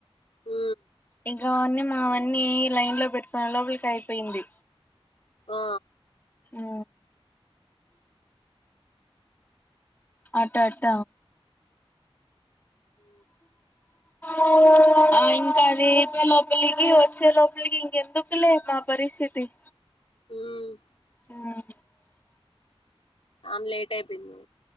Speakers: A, on the left; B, on the left.
A: హ
B: ఇంకవన్నీ మావన్నీ లైన్ లో పెట్టుకున్న లోపలికి అయిపోయింది
A: ఆ
B: ఆ ఆట ఆట
A: హ
B: ఇ ఆ ఇంకా అది లోపలికి వచ్చే లోపలికి ఇంకెందుకులే మా పరిస్థితి తీ
A: ఉమ్
B: హ
A: <inaudible> లేట్యిపోయింద